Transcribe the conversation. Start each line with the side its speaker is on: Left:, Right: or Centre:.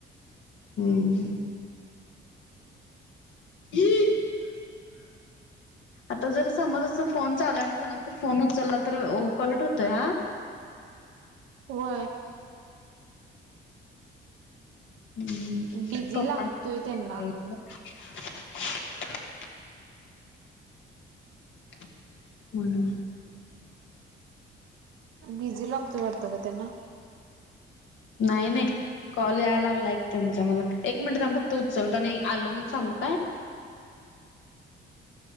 Left: हम्म हम्म ह आता जर समज अस फोन चाल आणि कोणा फोन उचलला तर कट होतोय हा?
Right: हो
Left: हम्म
Right: बिझी
Left: पप्पा
Right: लागतोय
Left: कॉल
Right: त्यांना
Left: यायला लागलाय. ह म्हणून
Right: बिझी लागतोय वाटत का त्यांना.
Left: नाही नाही कॉल यायला लागला एक त्यांचा मला एक मिनिटम् फक्त उचलतो आणि आलो म्हण सांगू काय? <unintelligible>